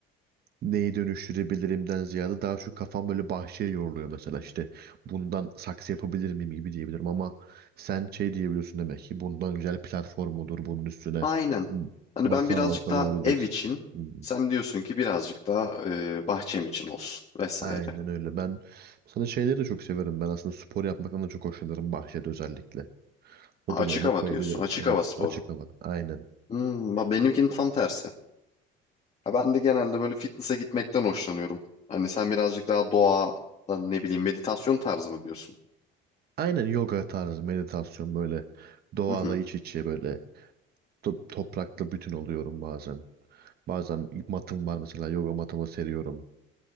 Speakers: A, on the right (about 50°); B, on the left (about 30°).
A: Neyi dönüştürebilirimden ziyade daha şu kafam böyle bahçeye yoruluyor mesela işte bundan saksı yapabilir miyim gibi diyebilirim ama sen şey diyebiliyorsun demek ki bundan güzel platform olur bunun üstüne
B: Aynen. Hani
A: masa
B: ben birazcık
A: yapılabilir.
B: daha ev için,
A: Hmm,
B: sen diyorsun ki birazcık daha e, bahçem için olsun vesaire.
A: Aynen öyle. Ben sana şeyleri de çok severim. Ben aslında spor yapmaktan da çok hoşlanırım bahçede özellikle. Hobilerime
B: Ha, Açık hava
A: koyabilirim.
B: diyorsun. Açık
A: Evet,
B: hava sporu.
A: açık havada. Aynen.
B: Hmm, bak benimkinin tam tersi. Ya ben de genelde böyle fitness'a gitmekten hoşlanıyorum. Hani sen birazcık daha doğa, e, ne bileyim meditasyon tarzı mı diyorsun?
A: Aynen yoga tarzı meditasyon böyle doğayla
B: Hı hı.
A: iç içe böyle to- toprakla bütün oluyorum bazen. Bazen matım var mesela yoga matımı seriyorum.